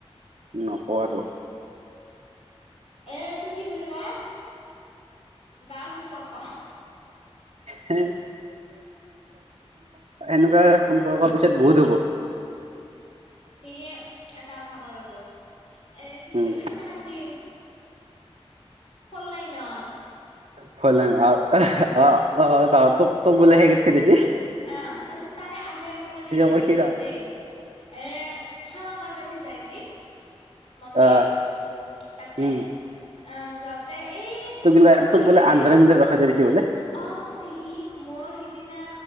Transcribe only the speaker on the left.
এ তো কি বুলি কয় গাৰ সম্পৰ্ক।
সেয়ে এটা কথা কওঁ ৰহ তোক এ কি
বুলি কয় সিদিনাখন জি। ফললাইনত <inaudible>
অ তাৰপিছত তাৰে আগে আগে মানে হেদ
গৈছিল
দেই। এ সেৱা কৰবি যাই যি মন্দিৰ।
তাতে
অ যাওঁতে এই একদম
ওপৰক
লাগি
দে।
অ ই মোৰ সিদিনা।